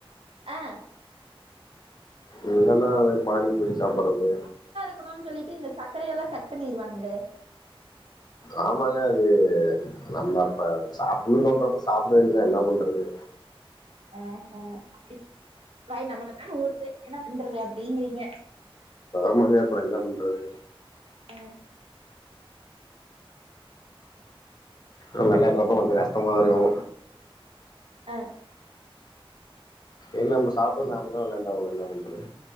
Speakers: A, on the right; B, on the left.
A: அ
B: இல்லனா வே பானிபூரி சாப்பட்றது
A: க்கணுன் சொல்லிட்டு இந்த சக்கரயெல்லா கட் பண்ணிடுவாங்ளே
B: ஆமாங்க அது நம்ம அப்ப சாப்புனுன் தோன்றப்ப சாப்பிட வேண்டிதா என்னா பண்றது
A: அ ஹ அப்பிடி வாய் நம்ம நம்மனு ஊருது என்ன பன்றது அப்பிடிங்கிறீங்க
B: ஆமாங்க அப்பறோ என்னா பண்றது
A: அ
B: அ வெளையட்றப்போ கொஞ்சோ கஷ்டம் இருக்கூ
A: அ
B: ஏன் நம்ம சாப்பு நாமதா விளாண்டா ஆவணும் என்ன பண்றது